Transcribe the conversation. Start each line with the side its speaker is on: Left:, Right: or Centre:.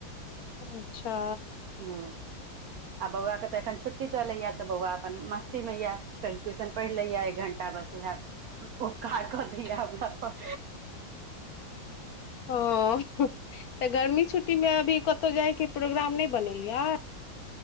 Left: अच्छा
Right: ह आ बौआ के तऽ एखन छुट्टी चलेया तऽ बौआ अपन मस्ती में य कनि ट्यूशन पढ़ि ले या एक घंटा। बस उएह ओ कार कऽ दैय हमरा प।
Left: ह तऽ गर्मी छुट्टी मे अभी कतहु जायके प्रोग्राम नहि? बनेलियै